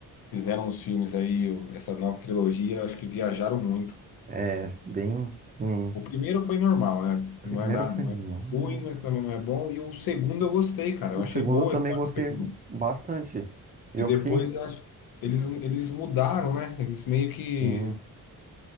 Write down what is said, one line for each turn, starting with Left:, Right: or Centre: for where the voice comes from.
Left: fizeram os filmes aí, o- essa nova trilogia, eu acho que viajaram muito.
Right: é bem. hum,
Left: O primeiro foi normal, né?
Right: primeiro
Left: Não é nada,
Right: foi
Left: não
Right: normal.
Left: é ruim, mas também não é bom. E o segundo eu gostei, cara.
Right: O
Left: Eu achei
Right: segundo
Left: boa
Right: eu também
Left: a história
Right: gostei
Left: do segundo.
Right: bastante. Eu
Left: E depois
Right: fiquei.
Left: eu acho- eles, eles mudaram, né? Eles meio que.
Right: hum,